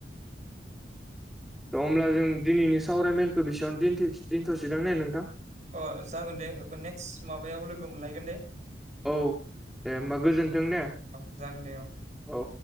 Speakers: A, in the centre; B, on the right.
A: त' होमब्ला जों दिनैनि सावरायमेलखौ बेसेयावनो दिन्थि दोनथ'सिदों ने नोंथां।
B: अ जागोन दे नेक्स्ट माबायाव लोगो मोनलायगोन दे।
A: औ दे होनोमबा गोजोन्थों दे।
B: औ जागोन दे औ।
A: औ